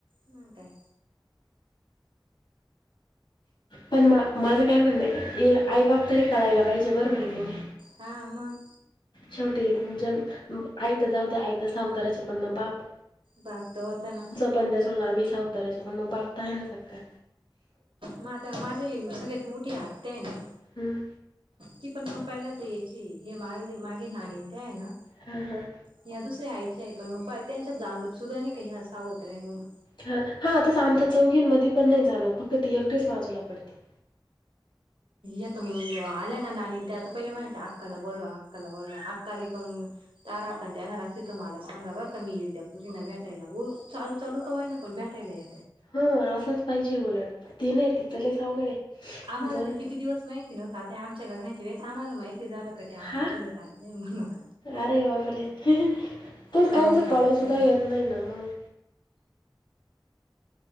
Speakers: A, on the right (about 80°); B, on the left (about 65°).
A: म काय.
B: पण म माझं काय म्हणणं आई बाप तरी कळायला पाहिजे बरोबर आहे त्यानी.
A: हा मग.
B: शेवटी ज आईता जाऊ द्या आईत सावताराचे पण मग बाप.
A: बाग त होता ना.
B: पध्या सोडून आम्ही सा उतराायचे पण मग बापता आहे ना सगका
A: म आता माझ्या सगळ्यात मोठी हात्या ना.
B: हं,
A: ती पण पग पहिला तर याची हे माझ मागे नाणीं ते आहे ना.
B: हा हां.
A: ह्या दुसऱ्या आयचे आहे पण मग त्यांच्या जाणवत सुद्धा नाही काही हासावत नाही म्हणून.
B: हा हा आताच आमच्या चौघींमध्येध पण नाही जाण फक्त तेी एकटेच बाजूला पडते.
A: आता मग आल्या ना ना त्या आता पहिले म्हणायच अक्काला बोलो अक्काला बोलो आकाली का मग ताराकत येणार असते तुम्हाला सांा ब कमी येल त्या्या पूरी नव्या भेटायला चालू चालू क्हाय ना पण भेटायला या.
B: ह असाच पाहिजे उलट ते नाही ति चलेच अवघडे आहे.
A: आम्हाला
B: जाऊ
A: तर
B: दे.
A: किती दिवस माहिती नव्हत आता आमच्या लग्नाची वेळेस आम्हाला माहिती झालं का त्या
B: हां?
A: चुलत हे म मत.
B: अरे बाबरे तेच
A: सावत्र
B: काहीच कळ
A: आत्या
B: सुद्धा
A: आहे
B: येत नाही ना मग.